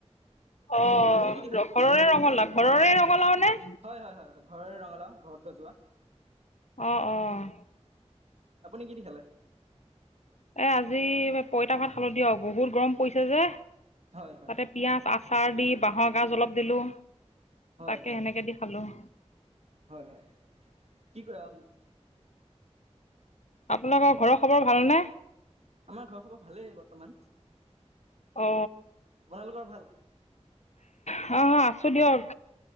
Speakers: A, on the left; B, on the right.
A: অ'
B: আপুনি কি দি খালে
A: ঘৰৰে ৰঙালাও ঘৰৰে ৰঙালাও নে?
B: হয় হয় ঘৰৰে ৰঙালাও ঘৰত গজোৱা।
A: অ' অ'
B: আপুনি কি দি খালে?
A: এ আজি এই পইতা ভাত খালো দিয়ক বহুত গৰম পৰিছে যে। তাতে
B: হয় হয়
A: পিয়াঁজ, আচাৰ দি বাঁহৰ গাজ অলপ দিলোঁ
B: হয়
A: তাকে
B: হয়
A: সেনেকে দি খালো।
B: হয় হয় কি কৰা
A: আপোনালোকৰ ঘৰৰ খবৰ ভালনে?
B: আমাৰ ঘৰৰ খবৰ ভালেই বৰ্তমান।
A: অ'
B: আপোনালোকৰ ভাল
A: হয় হয় আছো দিয়ক।